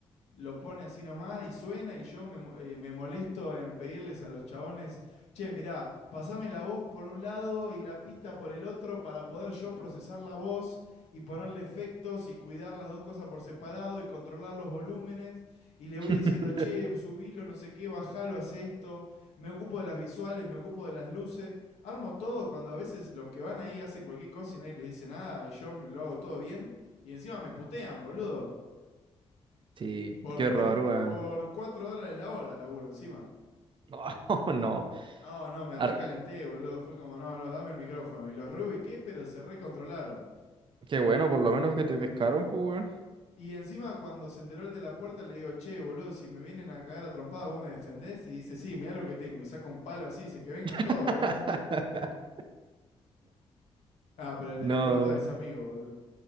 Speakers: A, on the left (about 85°); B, on the right (about 50°).
A: lo pone así nomás y suena y yo me, eh, me molesto en pedirles a los chabones, che, mirá, pasame la voz por un lado y la pista por el otro para poder yo procesar la voz y ponerle efectos y cuidar las dos cosas por separado y controlar los volúmenes y le voy
B: <laughs>
A: diciendo, che, subilo, no sé qué, bajalo, hace esto, me ocupo de las visuales, me ocupo de las luces, armo todo cuando a veces los que van ahí hacen cualquier cosa y nadie les dice nada y yo me lo hago todo bien y encima me putean, boludo.
B: Sí,
A: Por
B: qué
A: 40
B: horror, weón.
A: por 4 dólares la hora laburo encima.
B: <laughs> Oh, no.
A: No, no, me
B: Ar-
A: recalenté, boludo. Fue como, no, no, dame el micrófono. Y los reubiqué, pero se recontrolaron.
B: qué bueno, por lo menos que te pescaron, pues, weón.
A: Y encima cuando se enteró el de la puerta le digo, che, boludo, si me vienen a cagar a trompada, vos me defendés. Y dice, sí, mirá lo que tengo. Y saca un palo así, dice, que vengan todos,
B: <laughs>
A: que vengan todos. Ah, pero el de
B: No,
A: la puerta es amigo, boludo.